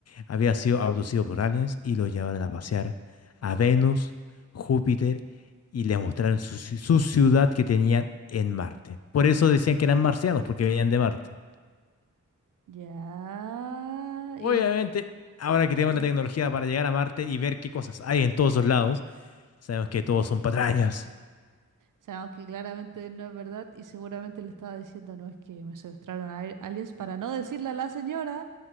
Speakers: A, on the left; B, on the right.
A: había sido abducido por aliens y lo llevaron a pasear a Venus, Júpiter y le mostraron su, ci- su ciudad que tenían en Marte. Por eso decían que eran marcianos, porque venían de Marte.
B: Ya.
A: Obviamente,
B: Y en-
A: ahora que tenemos
B: ujú.
A: la tecnología para llegar a Marte y ver qué cosas hay en todos los lados, sabemos que todos son patrañas.
B: O sea, aunque claramente no es verdad y seguramente le estaba diciendo, no, es que me secuestraron a aliens para no decirle a la señora